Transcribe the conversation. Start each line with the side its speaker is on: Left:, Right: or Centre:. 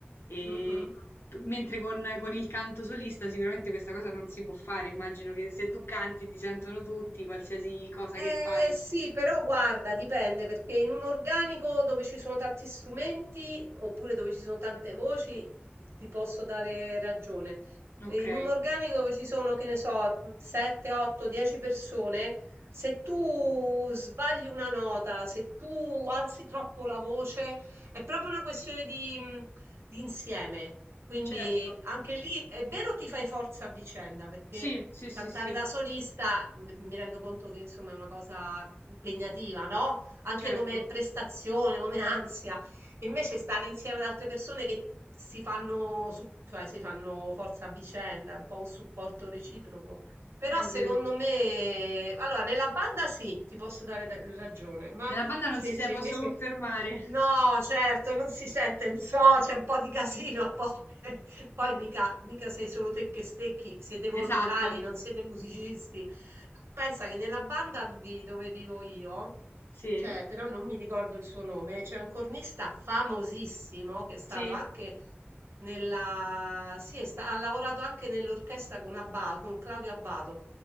Left: e
Right: Mm, mm.
Left: tu- mentre con, con il canto solista sicuramente questa cosa non si può fare. Immagino che se tu canti ti sentono tutti, qualsiasi cosa
Right: Eh,
Left: che fai.
Right: sì, però guarda, dipende perché in un organico dove ci sono tanti strumenti oppure dove ci sono tante voci ti posso dare ragione.
Left: Ok,
Right: E In un organico dove ci sono, che ne so, 7, 8, 10 persone, se tu sbagli una nota, se tu alzi troppo la voce, è proprio una questione di, mm, di insieme. Quindi
Left: certo.
Right: anche lì è vero ti fai forza a vicenda perché
Left: Sì, sì, sì,
Right: Cantare
Left: sì,
Right: da solista m- mi rendo conto che insomma è una cosa impegnativa, no? Anche
Left: certo,
Right: come prestazione, come <laughs> ansia. Invece stare insieme ad altre persone che si fanno, su- cioè, si fanno forza a vicenda, un po' un supporto reciproco. Però
Left: è
Right: secondo
Left: vero.
Right: me, allora, nella banda sì, ti posso dare da- ragione, ma
Left: Nella banda non
Right: se
Left: si sa,
Right: se
Left: posso
Right: invece
Left: confermare.
Right: no, certo, non si sente il so, c'è un po' di casino a volte. <laughs> Poi
Left: <laughs>
Right: mica mica sei solo te che stecchi, siete volontari,
Left: Esatto.
Right: non siete musicisti. Pensa che nella banda di dove vivo io,
Left: Sì.
Right: cioè, però non mi ricordo il suo nome, c'è un cornista famosissimo che è stato
Left: Sì.
Right: anche nella, sì, è sta- ha lavorato anche nell'orchestra con Abba- con Claudio Abbado.